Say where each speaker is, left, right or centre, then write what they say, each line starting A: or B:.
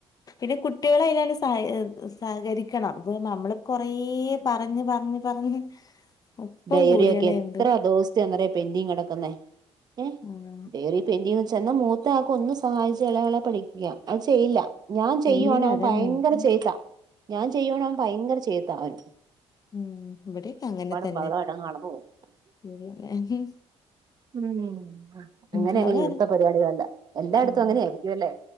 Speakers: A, on the left; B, on the right.
A: പിന്നെ കുട്ടികളയിലാണ്ട് സഹ സഹകരിക്കണം ഇത് നമ്മള് കൊറേ പറഞ്ഞ് പറഞ്ഞ് പറഞ്ഞ് ഒപ്പം
B: ഡയറിയൊക്കെ
A: കൂടിയാലേണ്ട്
B: എത്ര ദിവസത്തയാന്നോ പെന്റിങ് കൊക്കുന്നേ ഏ
A: ആഹ്
B: ഡയറി- പെഡിംഗ് ന്ന് വെച്ചാ എന്നാ മൂത്തയാക്ക് ഒന്നു സഹായിച്ച എളയാളെ പഠിപ്പിക്കാം അത് ചെയ്യില്ല ഞാൻ ചെയ്യുവാണെ
A: ചെയ്യൂല
B: അവൻ
A: അതന്നെ
B: ഭയങ്കര
A: ഉം
B: ചെയ്ത്താ ഞാൻ ചെയ്യുവാണെ അവൻ ഭയങ്കര ചെയ്ത്താ അവന്
A: മ് ഇവടെക്കെ അങ്ങനെ തന്നെ
B: ബഹളവായിട്ടങ്ങ് നടന്ന് പോവും
A: ശെരിയെന്നെ
B: ഉം അങ്ങനെയങ്ങനെ
A: അതാ പറഞ്ഞെ.
B: ഇവിടുത്തെ പരിപാടികളെല്ലാം എല്ലായെടെത്തും
A: ഉം
B: അങ്ങനെയായിരിക്കും എല്ലേ?